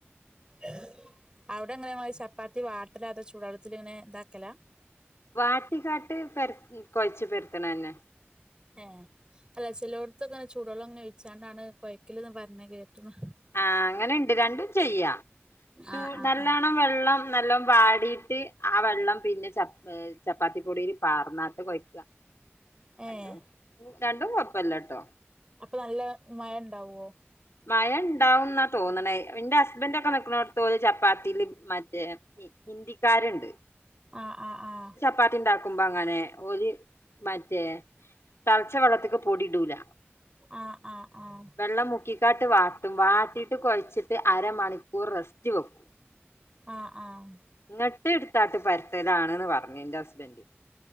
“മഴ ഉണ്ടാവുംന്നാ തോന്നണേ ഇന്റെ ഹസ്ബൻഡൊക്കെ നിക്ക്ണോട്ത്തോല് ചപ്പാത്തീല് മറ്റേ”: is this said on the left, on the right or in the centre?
Left